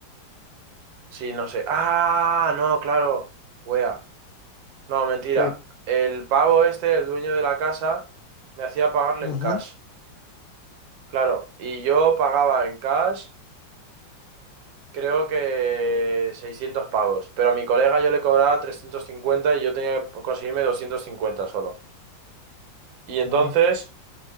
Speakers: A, on the right; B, on the left.
A: Sí, no sé. Ah, no, claro. Wea. No, mentira.
B: que
A: El pavo este, el dueño de la casa, me hacía pagarle
B: ujú,
A: en cash. Claro. Y yo pagaba en cash, creo que 600 pavos. Pero a mi colega yo le cobraba 350 y yo tenía que conseguirme 250 solo. Y entonces,
B: ah,